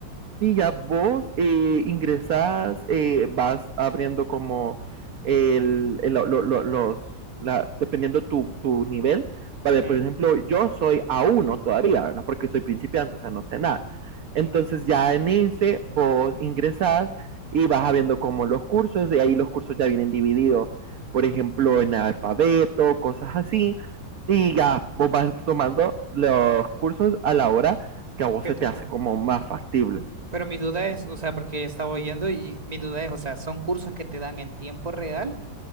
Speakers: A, on the right; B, on the right.
A: y ya vos eh, ingresás, eh, vas abriendo como el, el- lo- lo- los, la- dependiendo tu, tu nivel. Vale,
B: Ujú.
A: por ejemplo, yo soy a uno todavía, ¿verdad? Porque soy principiante, o sea, no sé nada. Entonces ya en ese vos ingresás y vas abriendo como los cursos, y ahí los cursos ya vienen divididos, por ejemplo, en alfabeto, cosas así. Y ya vos vas tomando los cursos a la hora que a vos
B: ¿Qué
A: se
B: te
A: te
B: toca?
A: hace como más factible.
B: Pero mi duda es, o sea, porque estaba oyendo y mi duda es, o sea, ¿son cursos que te dan en tiempo real